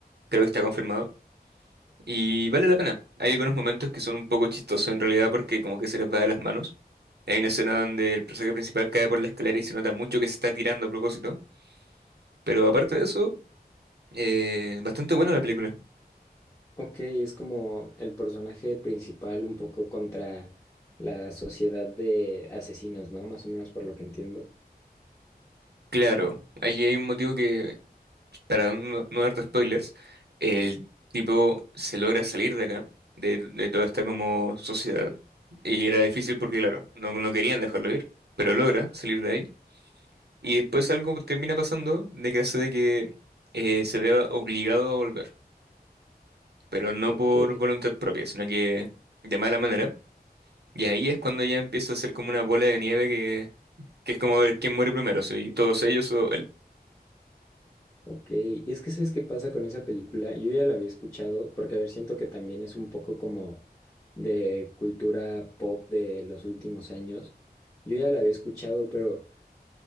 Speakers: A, on the right (about 80°); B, on the left (about 20°).
A: Creo que está confirmado. Y vale la pena. Hay algunos momentos que son un poco chistosos en realidad porque como que se les va de las manos. Hay una escena donde el personaje principal cae por la escalera y se nota mucho que se está tirando a propósito. Pero aparte de eso, eh, bastante buena la película.
B: Ok, es como el personaje principal un poco contra la sociedad de asesinos, ¿no? Más o menos por lo que entiendo.
A: Claro, allí hay un motivo que para no, no darte spoilers, el tipo se logra salir de acá, de, de toda esta como sociedad. Y era difícil porque, claro, no, no querían dejarlo ir, pero logra salir de ahí. Y después algo termina pasando de que hace de que eh, se vea obligado a volver, pero no
B: Ok.
A: por voluntad propia, sino que de mala manera. Y ahí es cuando ya empieza a ser como una bola de nieve que, que es como ver quién muere primero, si todos ellos o él.
B: Ok, y es que ¿sabes qué pasa con esa película? Yo ya la había escuchado porque, a ver, siento que también es un poco como de cultura pop de los últimos años. Yo ya la había escuchado, pero